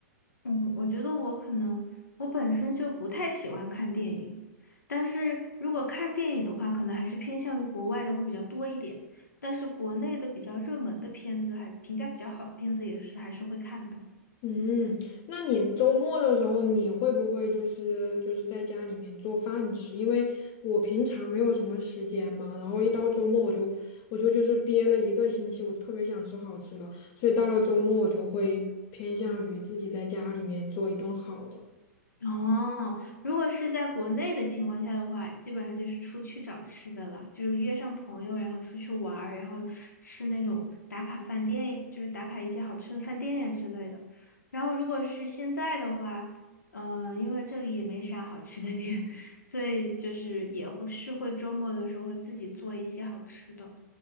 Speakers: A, on the left (about 85°); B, on the left (about 40°).
A: 嗯，我觉得我可能我本身就不太喜欢看电影，但是如果看电影的话，可能还是偏向于国外的会比较多一点，但是国内的比较热门的片子还评价比较好的片子也是还是会看的。
B: 嗯，那你周末的时候，你会不会就是就是在家里面做饭吃？因为我平常没有什么时间嘛，然后一到周末我就我就就是憋了一个星期，我就特别想吃好吃的，所以到了周末我就会偏向于自己在家里面做一顿好的。
A: 哦，如果是在国内的情况下的话，基本上就是出去找吃的了，就是约上朋友，然后出去玩儿，然后吃那种打卡饭店，就是打卡一些好吃的饭店呀之类的。然后如果是现在的话，嗯、因为这里也没啥好吃的店，<laughs> 所以就是也会是会周末的时候会自己做一些好吃的。